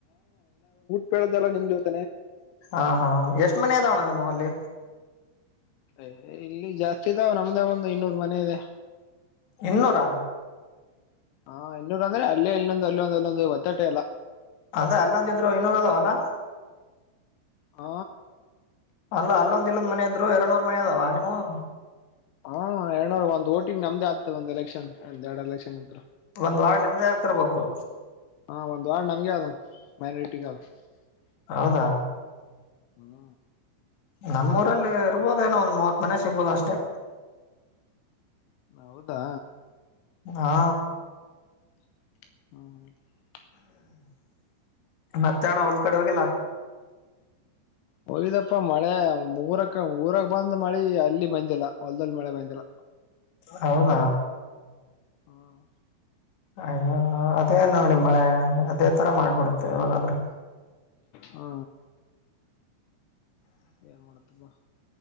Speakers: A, on the left; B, on the left.
A: ಹೇಳೇಳದಲ್ಲ ನಿಮ್ದೆ ಜೊತೆ
B: ಹಾ ಹಾ ಎಷ್ಟ್ ಮನೆ ತಣ್ಣ ನಿಮವು ಅಲ್ಲಿ.
A: ಅಯ್ ಇಲ್ಲಿ ಜಾಸ್ತಿ ಇದಾವ ನಮ್ದೇ ಒಂದು ಇನ್ನೂರು ಮನೆ ಇದೆ.
B: ಇನ್ನೋರಾ.
A: ಹಾ ಇನ್ನೂರು ಅಂದ್ರೆ ಅಲ್ಲೇ ಇಲ್ಲೊಂದು ಅಲ್ಲಲ್ಲಿ ಒಂದು ಅಲ್ಲೊಂದು ಒತ್ತಟೆ ಯಲ್ಲ
B: ಅದೇ ಅಲ್ಲಂದ ಇದ್ರು ಇನ್ನೂರ ಅದ ಅಲ್ಲ.
A: ಹ
B: ಅಲ್ಲ ಅಲ್ಲೊಂದ ಇಲ್ಲೊಂದ್ ಮನೆ ಇದರು ಎರಡುನೂರು ಮನೆ ಅದಾವ ನಿಮ್ಮವು.
A: ಹಾ ಎರಡ್ನೂರ್ ಒಂದ್ ವೊಟಿಂಗ್ ನಮ್ದೆ ಆಗ್ತದ ಒಂದ್ ಎಲೆಕ್ಷನ್ ಒಂದ್ ಎರಡ್ ಎಲೆಕ್ಷನ್ ಅಂತ್ರು
B: ಒಂದ್ ವಾರ್ಡ್ ನಿಮದ ಆಗ್ತಿರ್ಬೇಕು.
A: ಹ ಒಂದ್ ವಾರ್ಡ್ <unintelligible>
B: ಹೌದಾ.
A: ಹ್ಮ.
B: ನಮ್ಮೂರಲ್ಲಿ ಇರ್ಬೋದ ಏನೋ ಒಂದ್ ಮೂವತ್ ಮನೆ ಸಿಗ್ಬೋದು ಅಷ್ಟೆ.
A: ಹೌದಾ.
B: ಹಾ
A: ಹ್ಮ.
B: ಮತ್ತೆಣ ಹೊಲ್ ಕಡೆ ಹೋಗಿಲ್ಲ.
A: ಹೋಗಿದ್ದಪ್ಪ ಮಳೆ ಮೂರಕ್ಕೆ ಊರಗ್ ಬಂದ್ ಮಳೆ ಅಲ್ಲಿ ಬಂದಿಲ್ಲ ಹೊಲ್ದಲ್ಲಿ ಮಳೆ ಬಂದಿಲ್ಲ.
B: ಹೌದ
A: ಹಾಂ.
B: ಅಯ್ಯೋ ಅದೇ ನೋಡಿ ಮ ಅದೇ ತರ ಮಳೆ ಬರುತ್ತೆ ಯವಾಗಾದ್ರೂ.
A: ಹಾ ಏನ್ ಮಾಡತಮ್ಮ.